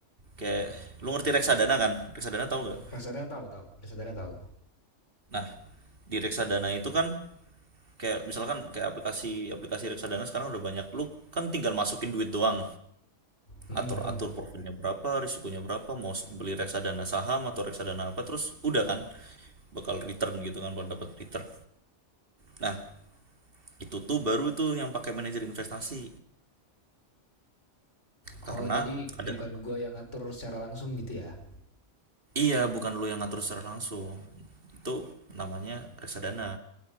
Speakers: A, on the right (about 50°); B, on the left (about 85°).
A: Kayak lu ngerti reksadana kan? Reksadana tahu nggak?
B: reksadana tahu tahu reksadana tahu
A: Nah, di reksadana itu kan kayak misalkan kayak aplikasi aplikasi reksadana sekarang udah banyak lu kan tinggal masukin duit doang
B: Hmm
A: atur-atur
B: hmm.
A: profilnya berapa, risikonya berapa, mau s- beli reksadana saham atau reksadana apa, terus udah kan bakal return gitu kan bakal dapat return. Nah, itu tuh baru tuh yang pakai manajer investasi
B: Oh,
A: karena
B: jadi bukan
A: ada
B: gua yang ngatur secara langsung gitu ya?
A: iya bukan lu yang ngatur secara langsung. Itu namanya reksadana.